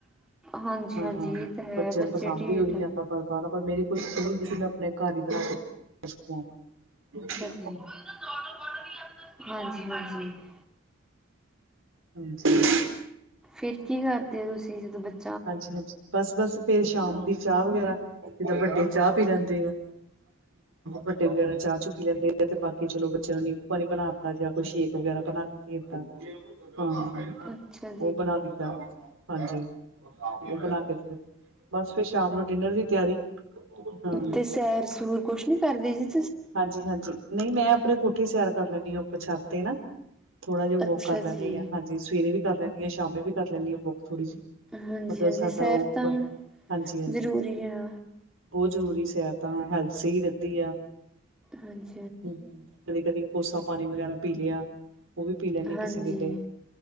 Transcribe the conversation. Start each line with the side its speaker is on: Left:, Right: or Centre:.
Centre: ਹਾਂਜੀ
Right: ਹੂ,
Centre: ਹਾਂਜੀ ਇਹ ਤਾਂ ਹੈ
Right: ਬੱਚਿਆਂ
Centre: ਬੱਚੇ
Right: ਨੂੰ ਪਸੰਦ
Centre: ਢੀਠ
Right: ਈ ਔਈ ਆਂਦਾ ਪਰ ਪਰ ਰਬ ਮੇਰੀ ਕੋਈ ਸੂਨੀ ਦੀ ਸੀ, ਮੈਂ ਆਪਣੇ ਘਰ ਈ ਕਰਾ ਪੁੱਤ।
Centre: ਕੋਰਨਰ ਕੋਰਨਰ ਕੀ ਸ਼ਬਦ ਲਾਆ ਹਾਂਜੀ, ਹਾਂਜੀ। <unintelligible>
Right: ਹਾਂਜੀ। <inaudible>
Centre: ਫਿਰ ਕੀ ਕਰਦੇ ਔ, ਤੁਸੀਂ ਜਦੋਂ ਬੱਚੇ
Right: ਹਾਂਜੀ, ਹਾਂਜੀ ਬੱਸ ਬੱਸ ਫੇਰ ਸ਼ਾਮ ਦੀ ਚਾਹ ਵਗੈਰਾ, ਜਦੋਂ ਵੱਡੇ ਚਾਹ ਪੀ ਲੈਂਦੇ ਆ, ਵੱਡੇ ਵਗੈਰਾ ਚਾਹ-ਚੁ ਪੀ ਲੈਂਦੇ ਆ। ਤੇ ਬਾਕੀ ਚਲੋ ਬੱਚਿਆਂ ਨੂੰ ਨੀੰਬੂ ਪਾਣੀ ਬਨਾ ਦਿੱਤਾ, ਯਾ ਕੋਈ ਸ਼ੇਕ ਵਗੈਰਾ ਬਨਾਕੇ ਦਿੱਤਾ, ਹਾਂ।
Centre: ਅੱਛਾ
Right: ਓ ਬਨਾ ਦਿਤਾ, ਹਾਂਜੀ। ਉਹ ਬਣਾ ਕੇ ਦਿੰਦੇ, ਬਸ ਫੇਰ ਸ਼ਾਮ ਨੂੰ ਡਿਨਰ ਦੀ ਤਿਆਰੀ ਹਾਂ।
Centre: ਤਿਸ ਸੈਰ-ਸੂਰ ਕੁਛ ਨੀ ਕਰਦੇ ਸੀ?
Right: ਹਾਂਜੀ-ਹਾਂਜੀ, ਨਹੀਂ ਮੈਂ ਆਪਨੇ ਕੋਠੇ ਸੈਰ ਕਰ ਲੈਂਨੀ ਆ, ਉਪਰ ਛੱਤ ਤੇ ਨਾ। ਥੋੜ੍ਹਾ ਜੇਹਾ
Centre: ਅੱਛਾ
Right: ਵੋੱਕ ਕਰ
Centre: ਜੀ,
Right: ਲੈਂਨੀ ਆ, ਹਾਂਜੀ, ਸਵੇਰੇ ਵੀ ਕਰ ਲੈਂਨੀ ਆ, ਸ਼ਾਮੀ ਵੀ ਕਰ ਲੈਂਨੀ ਆ, ਵੌਕ ਥੋੜੀ ਜੀ।
Centre: ਹਾਂਜੀ-ਹਾਂਜੀ
Right: ਮਤਲਬ ਸਾਡਾ
Centre: ਸੈਰ
Right: ਉੱਪਰ,
Centre: ਤਾਂ
Right: ਹਾਂਜੀ-ਹਾਂਜੀ।
Centre: ਜ਼ਰੂਰੀ ਆ।
Right: ਬੋਤ ਜ਼ਰੂਰੀ ਸੈਰ ਤਾਂ, ਹੈਲਥ ਸਹੀ ਰਹਿੰਦੀ ਆ।
Centre: ਹਾਂਜ
Right: ਹੂੰ, ਕਦੀ-ਕਦੀ ਕੋਸਾ ਪਾਨੀ ਵਗੈਰਾ ਪੀ ਲਿਆ। ਓ ਵੀ ਪੀ ਲੈਂਨੀ ਆ
Centre: ਹਾਂਜੀ।
Right: ਕਿਸੇ ਵੇਲੇ,